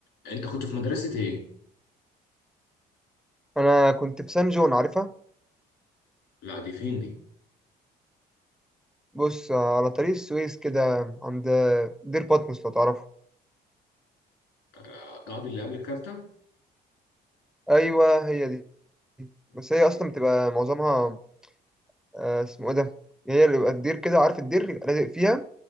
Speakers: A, on the left; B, in the centre.
A: انت كنت في مدرسة ايه؟
B: انا كنت في سان جون عارفها
A: لا دي فين دي؟
B: بص على طريق السويس كده عند دير باتموس لو تعرفه
A: آه، قاعد اللي قبل الكارتة؟
B: ايوه هي دي
A: اوكي.
B: بس هي اصلا بتبقى معظمها آه، اسمه ايه ده هي اللي بيبقى الدير كده عارف الدير يبقى لازق فيها